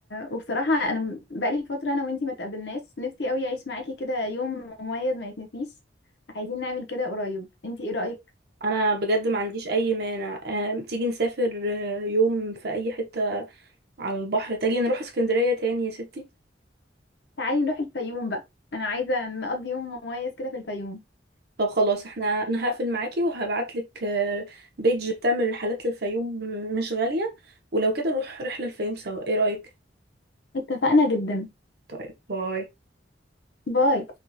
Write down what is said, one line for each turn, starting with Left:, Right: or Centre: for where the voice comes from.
Left: وبصراحه انا م- بقالي فتره انا وانتي ما تقابلناش نفسي قوي اعيش معاكي كده يوم مميز ما يتنسيش عايزين نعمل كده قريب انتي ايه رايك
Right: انا بجد ما عنديش اي مانع آم، تيجي نسافر آه، يوم في اي حتة على البحر تيجي نروح اسكندرية تاني يا ستي
Left: تعالي نروح الفيوم بقى انا عايزة نقضي يوم مميز كده في الفيوم
Right: طب خلاص احنا انا هقفل معاكي وهبعتلك آه، بيج بتعمل رحلات للفيوم مش غالية ولو كده نروح رحلة الفيوم سوا ايه رأيك
Left: اتفقنا جدا
Right: طيب باي
Left: باي